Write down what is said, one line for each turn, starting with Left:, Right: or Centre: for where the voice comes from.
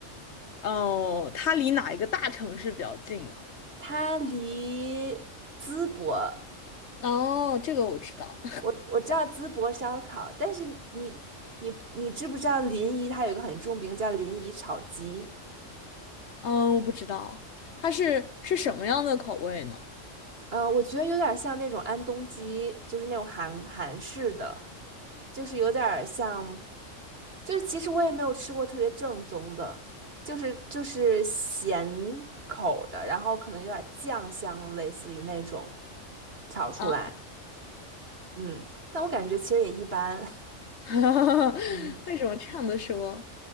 Left: 哦，它离哪一个大城市比较近呢？
Right: 它离淄博，
Left: 哦，这个我知道。
Right: 我我知道淄博烧烤，但是你你你知不知道临沂它有一个很著名叫临沂炒鸡？
Left: 嗯，我不知道，它是是什么样的口味呢？
Right: 呃，我觉得有点像那种安东鸡，就是那种韩韩式的，就是有点像，就是其实我也没有吃过特别正宗的，就是就是咸口的，然后可能有点酱香，类似于那种炒出来，
Left: 啊，
Right: 嗯，但我感觉其实也一般，
Left: <laughs>
Right: <laughs> 嗯。
Left: 为什么这样的说？